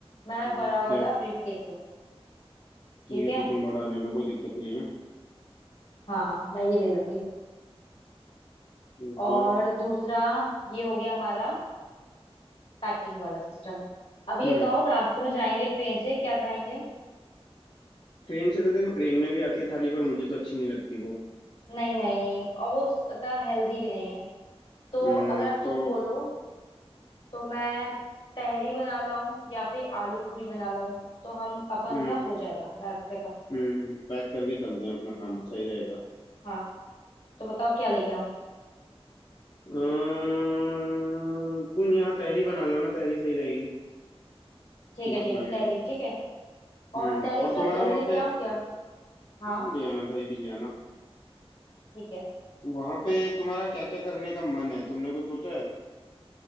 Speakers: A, on the left; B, on the left.
A: मैं
B: ठीक
A: बड़ा वाला
B: है
A: ब्रीफकेस
B: ठीक
A: ठीक
B: है
A: है
B: तो तुम बड़ा ले लो कोई दिक्कत नहीं है
A: हाँ मैं ये ले लूंगी
B: ठीक
A: और
B: है
A: दूसरा ये हो गया हमारा पैकिंग वाला सिस्टम अब ये
B: हम्म
A: तो रास्ते में जाएंगे ट्रेन से क्या खाएंगे
B: ट्रेन से तो देखो ट्रेन में भी आती है थाली पर मुझे तो अच्छी नहीं लगती वो
A: नहीं नहीं और वो पता हेल्दी भी नहीं है तो
B: हम्म
A: अगर
B: तो
A: तुम बोलो तो मैं तहरी बना लाऊं या फिर आलू पूरी बना लाऊं तो हम अपन
B: हम्म
A: का हो जाएगा रास्ते का
B: हम्म पैक करके चलते हैं अपना खाना सही रहेगा
A: हाँ तो बताओ क्या लेके आऊं
B: अम्म, कोई नहीं हाँ तहरी बना लो ना तहरी सही रहेगी
A: ठीक
B: मस्त
A: है ठीक
B: लगेगा
A: है तहरी ठीक है
B: हम्म
A: और तहरी
B: और
A: के साथ
B: तुम्हारा
A: दही
B: वहाँ
A: लेके
B: पे
A: आऊं क्या हाँ
B: हाँ ले आना दही भी ले आना
A: ठीक है
B: वहाँ पे तुम्हारा क्या क्या करने का मन है तुमने कुछ सोचा है